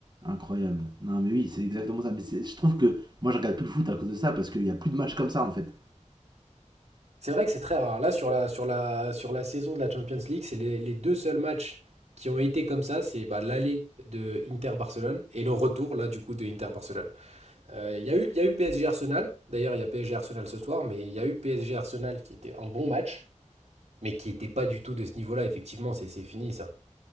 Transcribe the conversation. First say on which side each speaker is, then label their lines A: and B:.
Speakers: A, on the right; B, on the right.
A: Incroyable. Non, mais oui, c'est exactement ça. Mais c'est- je trouve que moi, je regarde plus le foot à cause de ça, parce qu'il y a plus de matchs comme ça, en fait.
B: C'est vrai que c'est très rare. Là, sur la, sur la, sur la saison de la Champions League, c'est les, les deux seuls matchs qui ont été comme ça, c'est bah, l'aller de Inter-Barcelone et le retour, là, du coup, de Inter-Barcelone. Euh, Il y a eu, il y a eu PSG-Arsenal, d'ailleurs, il y a PSG-Arsenal ce soir, mais il y a eu PSG-Arsenal qui était un bon match, mais qui n'était pas du tout de ce niveau-là, effectivement, c'est c'est fini, ça.